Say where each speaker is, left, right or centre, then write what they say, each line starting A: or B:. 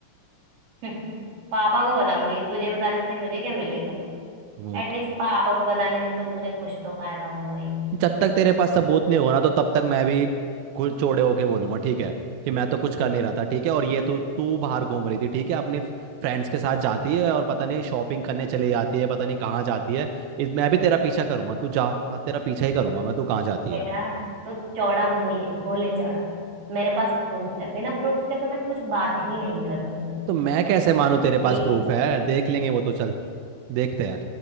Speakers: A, on the right (about 65°); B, on the right (about 80°).
A: हम्म, पापा को बताऊंगी तुझे बताने से मुझे क्या मिलेगा
B: मोहित
A: एटलीस्ट पापा को बताने से तो मुझे कुछ तो फायदा होगा ही
B: जब तक तेरे पास सबूत नहीं होगा ना तो तब तक मैं भी खुद चौड़े होके बोलूंगा ठीक है कि मैं तो कुछ कर नहीं रहा था ठीक है और ये तू तू बाहर घूम रही थी ठीक है अपनी फ्रेंड्स के साथ जाती है और पता नहीं शॉपिंग करने चली जाती है पता नहीं कहाँ जाती है इस मैं भी तेरा पीछा करूंगा तू जा हाँ, तेरा पीछा ही करूंगा मैं तू कहाँ जाती
A: बेटा
B: है
A: तू चौड़ा हो ले हो ले चौड़ा मेरे पास प्रूफ है बिना प्रूफ के तो मैं कुछ बात ही नहीं करती हूँ
B: तो मैं कैसे मानूं तेरे
A: ठीक
B: पास प्रूफ
A: है?
B: है देख लेंगे वो तो चल देखते हैं